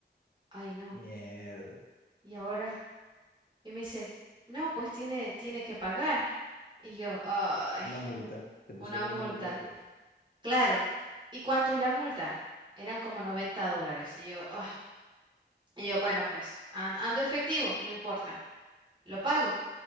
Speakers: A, on the right; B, on the left.
A: ay no,
B: Mierda.
A: y ahora, y me dice, no, pues tiene, tiene que pagar y yo, ay,
B: Una multa. Te pusieron
A: una multa,
B: una multa por eso.
A: claro, ¿y cuánto es la multa? Eran como 90 dólares y yo, ah, y yo, bueno, pues an- ando efectivo, no importa, lo pago.